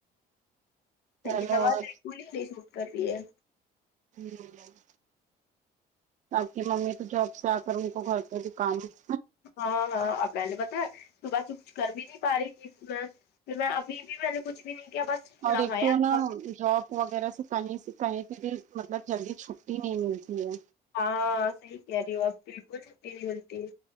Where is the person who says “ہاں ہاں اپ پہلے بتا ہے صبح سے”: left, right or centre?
Left